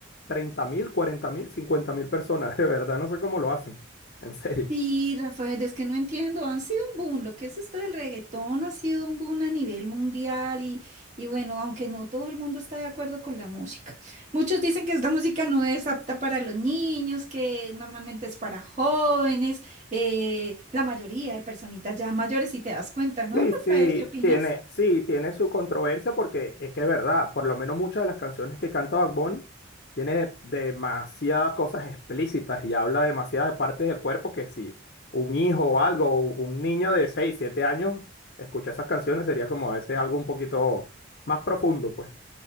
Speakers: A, on the left; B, on the right.
A: 30 mil, 40 mil, 50 mil personas. <laughs> De verdad, no sé cómo lo hacen. En serio.
B: Sí, Rafael, es que no entiendo, han sido un boom, lo que es esto del reggaetón ha sido un boom a nivel mundial y, y bueno, aunque no todo el mundo está de acuerdo con la música. Muchos dicen que esta música no es apta para los niños, que normalmente es para jóvenes, eh, la mayoría de personitas ya mayores, si te das cuenta, ¿no,
A: Sí,
B: Rafael?
A: sí,
B: ¿Qué opinas?
A: tiene, sí, tiene su controversia porque es que es verdad, por lo menos muchas de las canciones que canta Bad Bunny tiene demasiadas cosas explícitas y habla demasiadas de partes del cuerpo que si un hijo o algo, o un niño de 6, 7 años escucha esas canciones sería como a veces algo un poquito más profundo, pues.